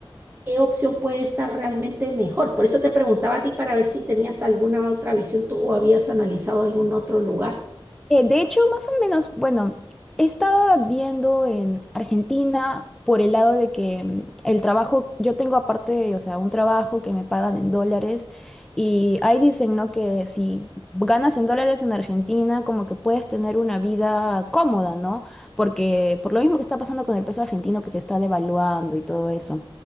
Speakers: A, on the right; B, in the centre.
A: qué opción puede estar realmente mejor. Por eso te preguntaba a ti para ver si tenías alguna otra visión, tú habías analizado algún otro lugar.
B: Eh, de hecho, más o menos, bueno, estaba viendo en Argentina por el lado de que mm, el trabajo, yo tengo aparte, o sea, un trabajo que me pagan en dólares y ahí dicen, ¿no? Que si ganas en dólares en Argentina, como que puedes tener una vida cómoda, ¿no? Porque por lo mismo que está pasando con el peso argentino que se está devaluando y todo eso.